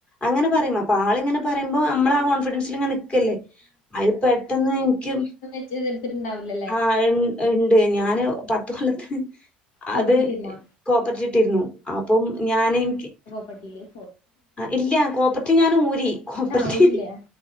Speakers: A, on the left; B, on the left.
A: അങ്ങനെ പറയും അപ്പൊ ആളിങ്ങനെ പറയുമ്പോ നമ്മള് ആ കോൺഫിഡൻസിൽ ഇങ്ങ നെ നിക്കല്ലേ. അത് പെട്ടെന്ന് എനിക്ക്.
B: ഇജ് ഇത്തെടുത്തിട്ടണ്ടാവില്ലല്ലേ
A: ആ ഉണ്ട് ഞാന് പത്ത് കൊല്ലത്തിന്.
B: കോപ്പറേറ്റീന്നാ
A: അത് കോപ്പട്ടിട്ടിരുന്നു അപ്പം ഞൻ എനിക്ക്.
B: പറ്റില്ല.
A: ആ ഇല്ല കോപ്പർട്ടീവ് ഞാൻ ഊരി കോപ്പർടി
B: ആഹ് ഓരില്ലേ